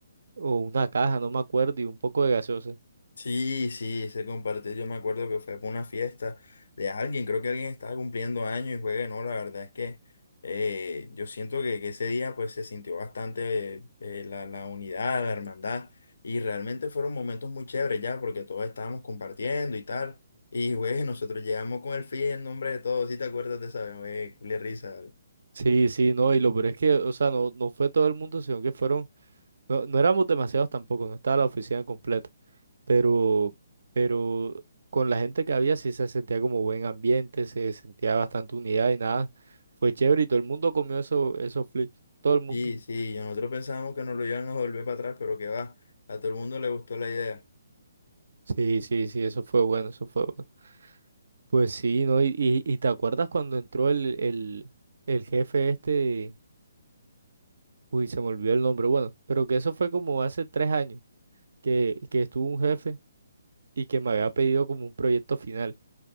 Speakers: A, on the right (about 60°); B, on the left (about 55°).
A: o una caja, no me acuerdo, y un poco de gaseosa.
B: Sí, sí, ese compartir Yo me acuerdo que fue por una fiesta de alguien, creo que alguien estaba cumpliendo años y juegue, no, la verdad es que eh, yo siento que, que ese día pues se sintió bastante eh, la, la unidad, la hermandad y realmente fueron momentos muy chéveres ya porque todos estábamos compartiendo y tal. Y güey, nosotros llegamos con el fin en nombre de todos, si te acuerdas de esa vez, güey, culia risa, ¿vale?
A: Sí, sí, no, y lo peor es que, o sea, no, no fue todo el mundo, sino que fueron, no, no éramos demasiados tampoco, no estaba la oficina completa, pero, pero con la gente que había sí se sentía como buen ambiente, se sentía bastante unidad y nada, fue chévere y todo el mundo comió eso, esos flips, todo el mundo.
B: Sí, sí, y nosotros pensábamos que nos lo iban a volver para atrás, pero que va, a todo el mundo le gustó la idea.
A: Sí, sí, sí, eso fue bueno, eso fue bueno. Pues sí, ¿no? Y, y, y te acuerdas cuando entró el, el, el jefe este, uy, se me olvidó el nombre, bueno, pero que eso fue como hace tres años que, que estuvo un jefe y que me había pedido como un proyecto final